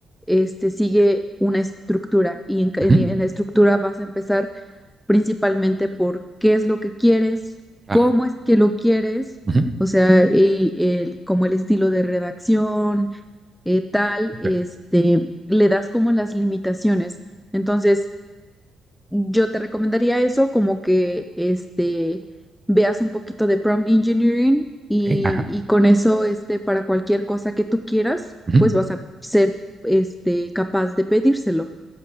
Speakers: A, in the centre; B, on the right.
A: este sigue una estructura y en, ca-
B: ujú,
A: en la estructura vas a empezar principalmente por qué es lo que quieres,
B: ah,
A: cómo es que lo quieres,
B: ujú,
A: o sea, eh, el, como el estilo de redacción, eh, tal,
B: súper.
A: este, le das como las limitaciones. Entonces, yo te recomendaría eso, como que este, veas un poquito de prompt engineering y,
B: Ok. Ajá.
A: y con eso, este, para cualquier cosa que tú quieras,
B: ujú.
A: pues vas a ser, este, capaz de pedírselo.